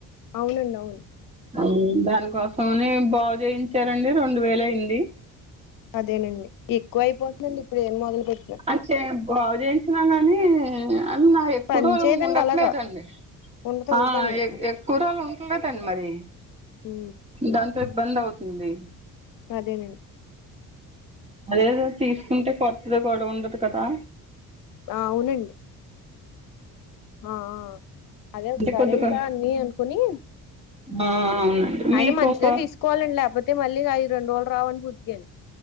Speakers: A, on the left (about 70°); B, on the right (about 20°).
A: అవునండి అవును
B: ఉ దాన్కోసమని బాగు చేయించారండి రెండు వేలైంది
A: అదేనండి ఎక్కువ అయిపోతుందండి ఇప్పుడు ఏం మొదలు పెట్ట్న
B: అచె బాగు చేయించినా కానీ అన్న ఎక్కువ
A: పని
B: రోజు
A: చేయదండి
B: ఉండట్లేదండి
A: అలాగా ఉండదు
B: అ
A: ఉండదండి
B: ఎక్కువరోళ్లు ఉంట్లేదన్ మరి
A: ఉ
B: దాంతో ఇబ్బంది అవుతుంది
A: అదేన
B: అదేదో తీస్కుంటే కొత్తది గొడవుండదు కదా
A: ఆ అవునండి ఆ అదే ఒక్సారి
B: అంటే కొద్దిగా
A: ఇంకా అన్ని అన్కుని
B: ఆ అవునండి మీకు
A: ఐనా మంచిదే
B: ఒక
A: తీసుకోవాలండి లేపోతే మళ్ళ ఐ రెండుర్రోలు రావని బుద్గాని